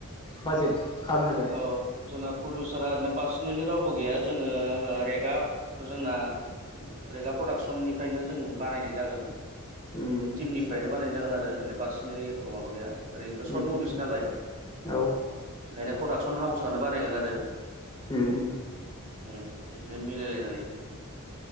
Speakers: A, on the left; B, on the right.
A: बाजेट खालामबाय
B: औ जोंना प्रडिउसारा ओरैनो पार नेलि रावबो गैया जोङो रेगा जोंना रेगा प्रडाक्सननिफ्रायनो जों बानायनाय जागोन।
A: थादों उम आदसा
B: टिमनिफ्रायनो बानायनाय जागोन आरो ओरैनो पार्सनेलि एख' माबा गैया ओरैनोथ'
A: उम
B: सर्ट मुभिस
A: उम
B: नालाय
A: औ
B: ओंखायनो हाउसआनो बानायगोन आरो
A: उम उम
B: उम इ दिनो मिलायलायनानै